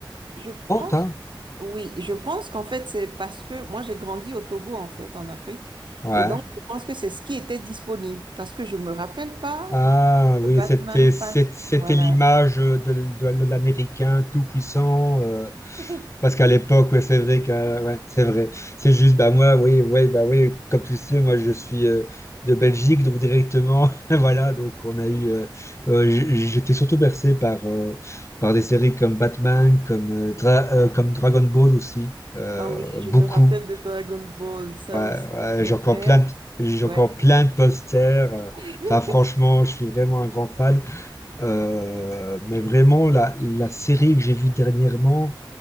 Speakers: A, on the right; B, on the left.
A: je pense,
B: hein,
A: Oui, je pense qu'en fait, c'est parce que moi, j'ai grandi au Togo, en fait, en Afrique.
B: ouais.
A: Et donc, je pense que c'est ce qui était disponible parce que je me rappelle pas
B: Ah oui,
A: que Batman
B: c'était c'est-
A: passe.
B: c'était
A: Voilà.
B: l'image de, de- de l'Américain tout puissant, euh,
A: <laughs>
B: Parce qu'à l'époque, ouais, c'est vrai que, ouais, c'est vrai. C'est juste, bah moi, oui, ouais, bah oui, comme tu le sais, moi je suis euh, de Belgique, donc directement, <laughs> voilà, donc on a eu, euh, euh, j- j'étais surtout bercé par, euh, par des séries comme Batman, comme, euh, Dra- euh, comme Dragon Ball aussi, euh,
A: Ah oui, je
B: beaucoup.
A: me rappelle de Dragon Ball, ça
B: Ouais,
A: aussi,
B: ouais,
A: mes
B: j'ai
A: frères.
B: encore plein de, j'ai
A: Ouais.
B: encore plein de posters. euh,
A: <laughs>
B: Enfin, franchement, je suis vraiment un grand fan. Euh, mais vraiment, la, la série que j'ai vue dernièrement